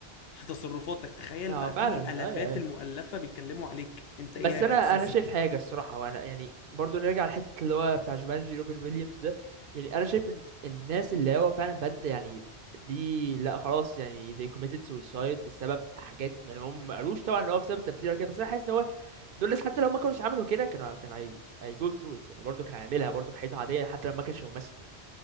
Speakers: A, on the left (about 70°); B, on the right (about 60°).
A: في تصرفاتك تخيل
B: اه
A: بقى
B: فعلا
A: في آلافات
B: ايوه ايوه
A: المؤلفة بيتكلموا عليك انت ايه
B: بس
A: هيبقى
B: انا
A: احساسك
B: انا شايف حاجه الصراحه وانا يعني برضو نرجع لحته اللي هو بتاع جومانجي روبن ويليامز ده يعني انا شايف ان الناس اللي هو فعلا بد يعني دي لا خلاص يعني they committed suicide بسبب حاجات يعني هم ما قالوش طبعا ان هو بسبب التمثيل ولا كده بس انا حاسس ان هو دول الناس حتى لو ما كانوش عملوا كده كانوا كانوا هي هي go through it يعني برضو كان هيعملها برضو في حياته عاديه حتى لو ما كانش ممثل